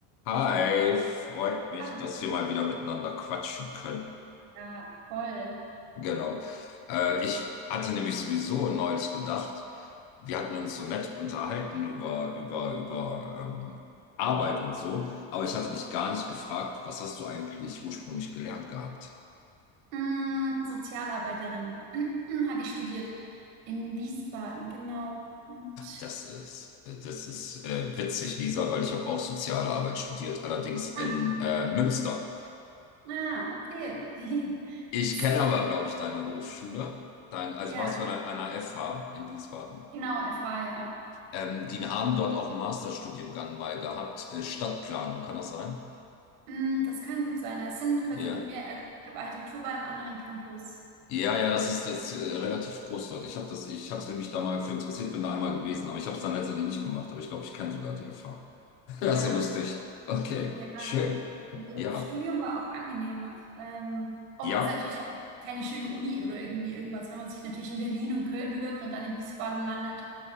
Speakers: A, on the left (about 75°); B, on the right (about 85°).
A: Hi, freut mich,
B: Hallo.
A: dass wir mal wieder miteinander quatschen können.
B: Ja, voll.
A: Genau. Äh, ich hatte nämlich sowieso neulich gedacht, wir hatten uns so nett unterhalten über, über, über ähm, Arbeit und so, aber ich hatte dich gar nicht gefragt, was hast du eigentlich ursprünglich gelernt gehabt?
B: Mm, Sozialarbeiterin <clears throat> hatte ich studiert in Wiesbaden, genau. Und
A: Das ist, das ist äh, witzig, Lisa, weil ich habe auch soziale Arbeit studiert, allerdings in
B: ah,
A: äh, Münster.
B: ah, okay. <laughs>
A: Ich
B: Gibt's-
A: kenne aber, glaube ich, deine Hochschule. Dein, also
B: Ja,
A: warst du an einer FH in Wiesbaden?
B: genau, FH, ja.
A: Ähm, die haben dort auch einen Masterstudiengang mal gehabt, äh, Stadtplanung, kann das sein?
B: Mm, das kann gut sein. Es sind quasi
A: Ja.
B: mehr, also ich habe Architektur bei einem anderen Campus.
A: Ja, ja, das ist das äh, relativ groß dort. Ich habe das, ich hatte mich da mal für interessiert, bin da einmal gewesen, aber ich habe es dann letztendlich nicht gemacht. Aber ich glaube, ich kenne sogar die Erfahrung. <laughs> Das
B: Ah.
A: ist ja lustig. Okay,
B: Ja,
A: schön.
B: so,
A: Ja,
B: Studium war auch angenehm, ähm, obwohl
A: ja,
B: es natürlich keine schöne Uni oder irgendwie irgendwas, wenn man sich natürlich in Berlin und Köln bewirbt und dann in Wiesbaden landet.